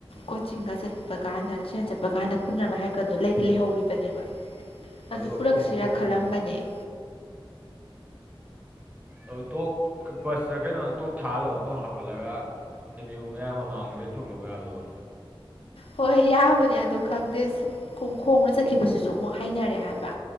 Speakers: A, on the left; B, on the right.
A: ꯀꯣꯆꯤꯡꯒ ꯆꯠꯄ ꯀꯥꯟꯗ ꯇ꯭ꯔꯦꯟ ꯆꯠ ꯆꯠꯄ ꯀꯥꯟꯗ ꯄꯨꯟꯅꯅꯕ ꯍꯥꯏꯀꯠꯇꯣ ꯂꯩꯗꯤ ꯂꯩꯍꯧꯔꯤꯕꯅꯦꯕ ꯑꯗꯨ
B: ꯑꯗꯣ
A: ꯄꯨꯔꯛꯁꯤꯔꯥ
B: ꯇꯣꯞ ꯄꯨꯈꯠꯂꯣ
A: ꯈꯜꯂꯝꯕꯅꯦ꯫
B: ꯀꯩꯅꯣ
A: <inaudible>
B: ꯑꯗꫭ ꯇꫭꯛ ꯀ ꯕꯁꯇ ꯀꯩꯅꫭꯗ ꯇꫭꯛ ꯊꯥꯍꯜꯂꯛꯑꫭ꯫ ꯇꯣ ꯍꯥꯞꯍꯜꯂꯒ ꯃꯤꯌꯨ ꯃꯌꯥꯝ ꯃꯃꯥꯡꯗꯒꯩ ꯊꯣꯛꯂꯛ ꯌꯥꯗꯨꯕꯨ꯫
A: ꯍꯣꯏ ꯌꯥꯕꯅꯦ ꯑꯗꯨ ꯈꯪꯗꯦ ꯁꯨꯝ ꯈꯣꯡꯅ ꯆꯠꯈꯤꯕꯁꯤꯁꯨ ꯑꯃꯨꯛ ꯍꯩꯅꯔꯦ ꯍꯥꯏꯕ꯫